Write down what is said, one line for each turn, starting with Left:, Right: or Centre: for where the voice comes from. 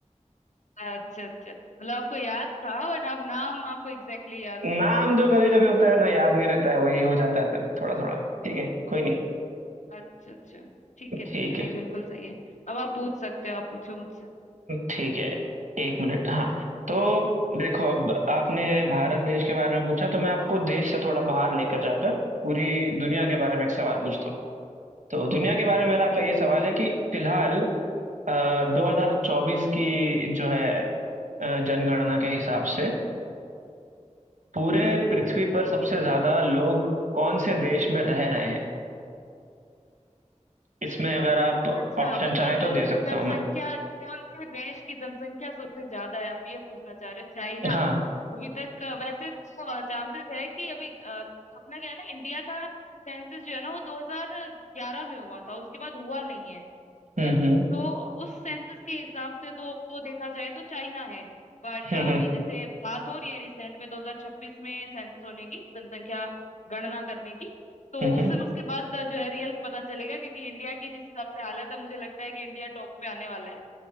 Left: अच्छा अच्छा मतलब आपको याद था बट आप नाम आपको एग्जैक्टली exactly याद नहीं
Right: नाम
Left: था
Right: जो कभी कभी होता है ना याद नहीं रहता है वही हो जाता है तभी थोड़ा थोड़ा ठीक है कोई नहीं
Left: अच्छा अच्छा ठीक है ठीक
Right: ठीक
Left: है नहीं
Right: है
Left: बिल्कुल सही है अब आप पूछ सकते हो आप पूछो मुझसे
Right: ठीक है एक मिनट हाँ तो देखो अब आपने भारत देश के बारे में पूछा तो मैं आपको देश से थोड़ा बाहर लेकर जाकर पूरी दुनिया के बारे में एक सवाल पूछता हूँ तो दुनिया के बारे में मेरा आपका
Left: ठीक
Right: ये
Left: है
Right: सवाल
Left: पूछिए
Right: है कि फिलहाल अ, 2024 की जो है अ, जनगणना के हिसाब से पूरे पृथ्वी पर सबसे ज्यादा लोग कौन से देश में रह रहे हैं इसमें अगर आप
Left: अच्छा
Right: ऑप्शन
Left: मतलब
Right: चाहे
Left: अ,
Right: तो दे सकता
Left: जनसंख्या
Right: हूं मैं
Left: कौन से देश की जनसंख्या सबसे ज्यादा है आप ये पूछना चाह रहे हो चाइना
Right: हाँ
Left: अभी तक अ, वैसे तो चांसेस है कि अभी अ, अपना क्या है ना इंडिया का सेंसस जो है ना वो 2011 में हुआ था उसके बाद हुआ नहीं है
Right: हम्म
Left: है
Right: हम्म
Left: तो उस सेंसस के हिसाब से तो वो देखा जाए तो चाइना है बट
Right: हम्म
Left: अभी
Right: हम्म
Left: जैसे बात हो रही है रिसेंट में 2026 में सेंसस होने की जनसंख्या गणना करने की तो
Right: हम्म
Left: उससे
Right: हम्म,
Left: उसके बाद जो है रियल पता चलेगा क्योंकि इंडिया की जिस हिसाब से हालत है मुझे लगता है कि इंडिया टॉप पे आने वाला है